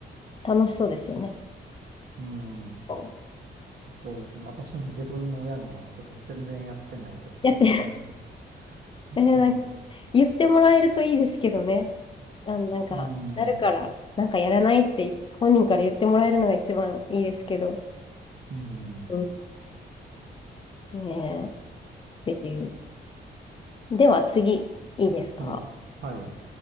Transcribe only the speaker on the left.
楽しそうですよね。
こう
やって
えーなんか言ってもらえるといいですけどね。あの、なんか、
なるから、なんかやらないって本人から言ってもらえるのが一番いいですけど。
うん、ねえ、っていう。では次、いいですか、